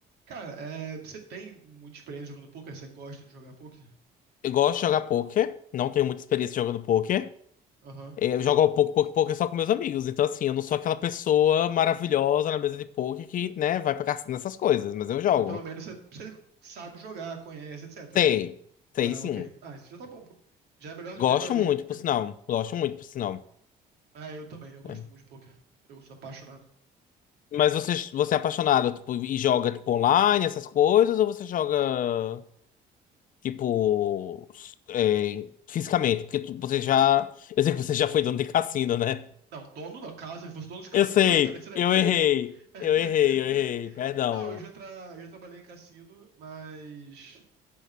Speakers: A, on the right; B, on the left.
A: Cara, é, você tem muita experiência jogando poker, você gosta de jogar poker?
B: Eu gosto de jogar poker, não tenho muita experiência jogando poker.
A: Aham.
B: É, Eu jogo pouco, pouco, poker só com meus amigos. Então, assim, eu não sou aquela pessoa maravilhosa na mesa de poker que, né, vai pra cassino essas coisas, mas eu jogo.
A: Mas pelo menos você, você sabe jogar, conhece, etc,
B: Sei,
A: né?
B: sei
A: Ah,
B: sim.
A: ok. Ah, isso já tá bom, pô. Já é melhor que
B: Gosto
A: a grande maioria.
B: muito, por
A: <laughs>
B: sinal. Gosto muito, por sinal.
A: Ah, eu também, eu gosto
B: É.
A: muito de poker. Eu sou apaixonado.
B: Mas você, você é apaixonado, tipo, e joga, tipo, online, essas coisas, ou você joga, tipo, s- é, fisicamente? Porque tu- você já. Eu sei que você já foi dono de cassino, né?
A: Não, dono da casa, se fosse dono de cassino,
B: Eu sei,
A: eu tra- seria
B: eu
A: muito feliz.
B: errei.
A: <laughs>
B: Eu errei, eu errei, perdão.
A: Não, eu já, tra... já trabalhei em cassino, mas